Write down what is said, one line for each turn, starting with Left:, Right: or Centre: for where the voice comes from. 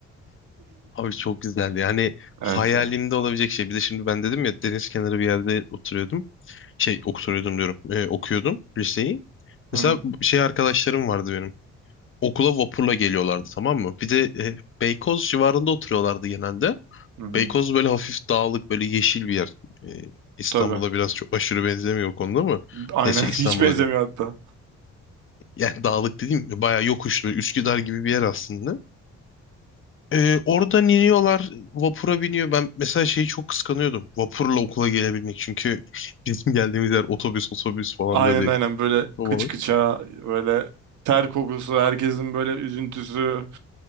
Left: abi çok güzeldi. Yani
Right: Evet
Left: hayalimde
Right: ya.
Left: olabilecek şey. Bir de şimdi ben dedim ya deniz kenarı bir yerde oturuyordum. Şey oturuyordum diyorum. e, okuyordum liseyi.
Right: Hı
Left: Mesela
Right: hı.
Left: şey arkadaşlarım vardı benim. Okula vapurla geliyorlardı tamam mı? Bir de e, Beykoz civarında oturuyorlardı genelde.
Right: Hı hı.
Left: Beykoz böyle hafif dağlık böyle yeşil bir yer. E, İstanbul'a
Right: Tabii.
Left: biraz çok aşırı benzemiyor o konuda ama
Right: Aynen
Left: neyse
Right: <laughs> hiç
Left: İstanbul'a
Right: benzemiyor
Left: diyorum.
Right: hatta.
Left: Yani dağlık dediğim bayağı yokuşlu Üsküdar gibi bir yer aslında. E, oradan iniyorlar vapura biniyor. Ben mesela şeyi çok kıskanıyordum. Vapurla okula gelebilmek çünkü <laughs> bizim geldiğimiz yer otobüs otobüs falan
Right: Aynen
Left: böyle
Right: aynen böyle
Left: kovalı.
Right: kıç kıça böyle ter kokusu herkesin böyle üzüntüsü